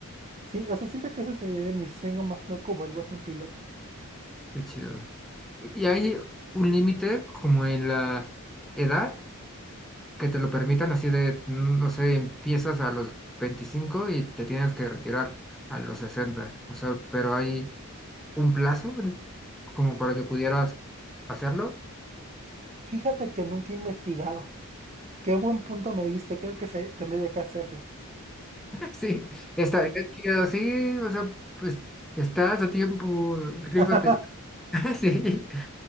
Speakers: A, on the right; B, in the centre.
A: Sí, o sea, siento que eso sería de mi sueño más loco, volverme un piloto.
B: Qué chido. ¿Y y hay un límite como en la edad que te lo permitan así de, mm, no sé, empiezas a los 25 y te tienes que retirar a los sesenta O sea, pero hay un plazo de- como para que pudieras hacerlo
A: Fíjate que nunca he investigado. Qué buen punto me diste, creo que se, tendría que hacerlo.
B: Sí, estaría chido, sí, o sea, pues estás a tiempo, rífate.
A: <laughs>
B: <laughs> Sí,